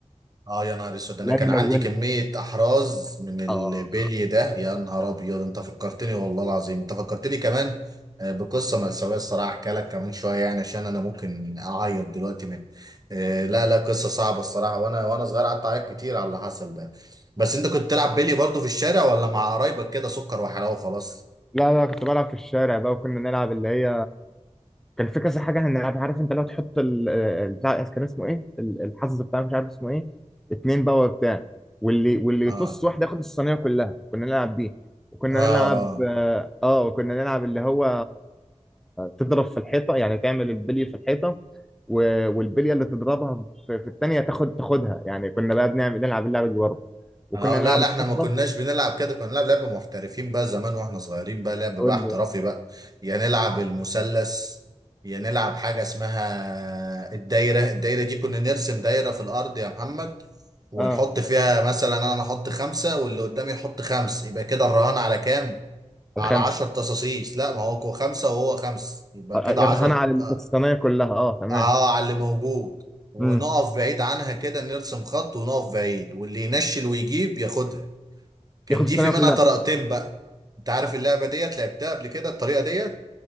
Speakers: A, on the right; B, in the centre.
A: اه يا نهار اسود انا
B: لا
A: كان
B: ملونه
A: عندي كمية احراز من البلي
B: اه
A: ده يا نهار ابيض انت فكرتني والله العظيم انت فكرتني كمان آه، بقصة مأساوية الصراحة احكي لك كمان شوية يعني عشان انا ممكن اعيط دلوقتي من آه، لا لا قصة صعبة الصراحة وانا وانا صغير قعدت اعيط كتير على اللي حصل ده بس انت كنت تلعب بلي برضه في الشارع ولا مع قرايبك كده سكر وحلاوة خلاص
B: لا لا كنت بلعب في الشارع بقى وكنا نلعب اللي هي كان في كذا حاجه هنلعبها عارف انت لو تحط ال- ال- بتاع كان اسمه ايه ال- الحظ بتاع مش عارف اسمه ايه اتنين بقى وبتاع واللي واللي
A: اه
B: يطص واحد ياخد الصينيه كلها كنا نلعب دي وكنا
A: اه
B: نلعب اه آه، وكنا نلعب اللي هو تضرب في الحيطه يعني تعمل البلي في الحيطه و- والبليه اللي تضربها في, في الثانيه تاخد تاخدها يعني كنا بقى بنعمل نلعب اللعبه دي برضه وكنا
A: اه لا
B: نلعب
A: لا
B: الحفره
A: احنا ما كناش بنلعب كده كنا بنلعب لعب محترفين بقى زمان واحنا صغيرين بقى لعب بقى
B: قول
A: احترافي
B: لي بقى
A: بقى يا نلعب المثلث يا نلعب حاجة اسمها الدايرة الدايرة دي كنا نرسم دايرة في الأرض يا محمد ونحط
B: اه
A: فيها مثلا أنا أحط خمسة واللي قدامي يحط خمس يبقى كده الرهان على كام؟
B: الخمس
A: على عشر تصاصيص لا ما هو هو خمسة وهو خمس يبقى
B: آه، آه،
A: كده
B: الرهان
A: عشر
B: على اللي
A: اه
B: كانت الصينيه كلها اه تمام
A: آه، على اللي موجود ونقف
B: امم
A: بعيد عنها كده نرسم خط ونقف بعيد واللي ينشل ويجيب ياخدها كان
B: ياخد الصينيه
A: دي في منها
B: كلها
A: طريقتين بقى انت عارف اللعبه ديت لعبتها قبل كده الطريقه ديت